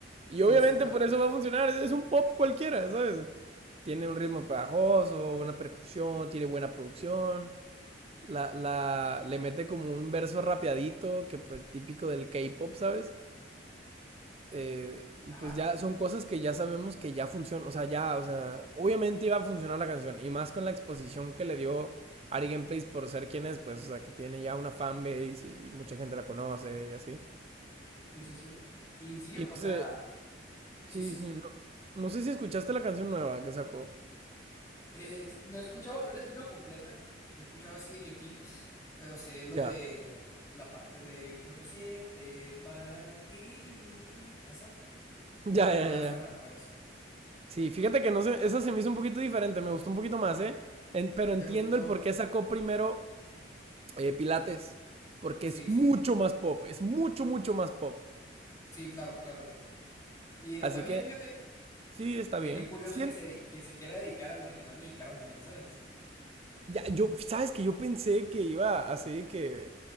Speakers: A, on the right; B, on the left.
A: Y obviamente
B: Sí, sí, claro.
A: por eso va a funcionar, es, es un pop cualquiera, ¿sabes? Tiene un ritmo pegajoso, una percusión, tiene buena producción. La, la, le mete como un verso rapeadito, que pues típico del K-pop, ¿sabes? Eh, y
B: Ajá.
A: pues ya son cosas que ya sabemos que ya funcionan, o sea, ya, o sea, obviamente iba a funcionar la canción, y más con la exposición que le dio Ari Gameplays por ser quien es, pues, o sea, que tiene ya una fanbase y mucha gente la conoce y así.
B: Sí, sí, sí. Y sí,
A: Y
B: o
A: no
B: sea,
A: sé,
B: sí,
A: sí,
B: sí,
A: sí,
B: sí.
A: no, no sé si escuchaste la canción nueva que sacó.
B: Eh, no he escuchado, no la he escuchado completa. He escuchado así de que clips, pero sé lo
A: Ya,
B: de la parte de veinticuatro siete para ti. Esa es
A: ya,
B: lo que
A: ya,
B: más
A: ya.
B: suena, pues.
A: Sí, fíjate que no sé, esa se me hizo un poquito diferente, me gustó un poquito más, ¿eh? En- pero entiendo
B: ¿Te gustó?
A: el por qué sacó primero eh, Pilates, porque
B: Sí,
A: es mucho
B: sí, sí.
A: más pop, es mucho, mucho más pop.
B: Sí, claro, claro. Y está
A: Así
B: bien,
A: que
B: fíjate,
A: sí, está
B: eh,
A: bien.
B: qué curioso
A: Sien-
B: que se, dedi- que se quiera dedicar al regional mexicano también, ¿sabes?
A: ya, yo, sabes que yo pensé que iba así que